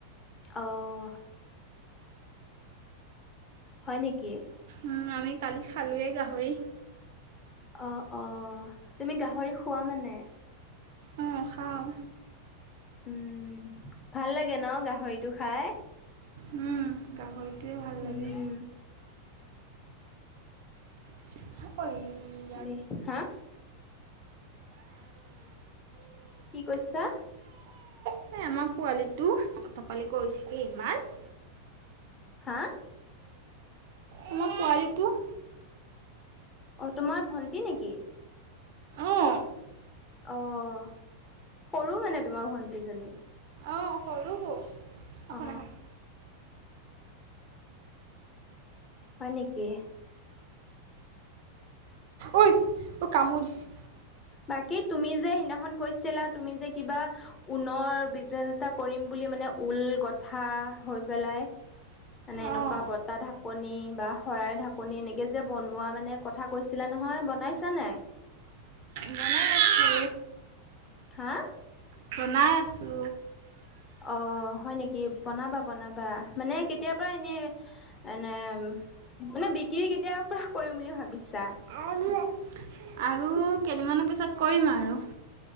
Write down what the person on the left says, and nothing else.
অ'। হয় নেকি?
অ, অ, তুমি গাহৰি খোৱা মানে?
উম, ভাল লাগে ন গাহৰিটো খাই।
উম
দে হা? কি কৈছা?
হা?
অঁ, তোমাৰ ভন্তি নেকি?
অহ, সৰু মানে তোমাৰ ভন্টিজনী?
অ
হয় নেকি।
বাকী তুমি যে সেইদিনাখন কৈছিলা তুমি যে কিবা ঊনৰ বিজনেচ এটা কৰিম বুলি মানে ঊল গঠা হৈ পেলাই মানে এনেকুৱা
বতাহ ঢাকনি বা শৰাইৰ ঢাকনি এনেকে যে বনোৱা মানে কথা কৈছিলা নহয় বনাইছা নে নাই?
হা?
অ হয় নেকি, বনাবা -বনাবা মানে কেতিয়াৰ পৰা এনে এনে, মানে বিক্ৰী কেতিয়াৰ পৰা কৰিম বুলি ভাবিছা?